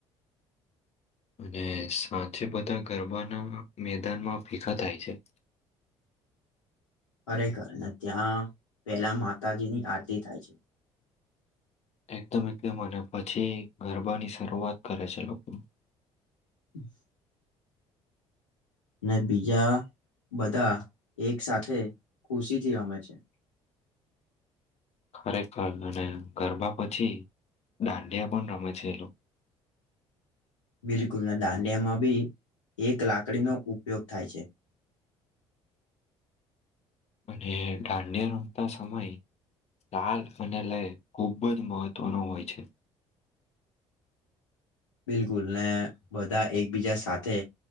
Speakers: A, on the left; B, on the left.
A: અને સાંચે બધા ગરબાના મેદાનમાં ભેગા થાય છે <inaudible>
B: ખરેખર ત્યાં પેલા માતાજીની આરતી થાય છે
A: એકદમ એકદમ અને પછી ગરબાની શરૂઆત કરે છે લોકો
B: <inaudible> ને બીજા બધા એક સાથે ખુશીથી રમે છે
A: <inaudible> <inaudible> ખરેખર અને ગરબા પછી દાંડિયા પણ રમે છે એ લોકો <inaudible> <inaudible>
B: બિલકુલ ના દાંડિયામાં બી એક લાકડીનો ઉપયોગ થાય છે
A: અને ડાંડિયા રમતા સમયે તાલ અને લય ખૂબ જ મહત્વનો હોય છે
B: બિલકુલ ને બધા એકબીજા સાથે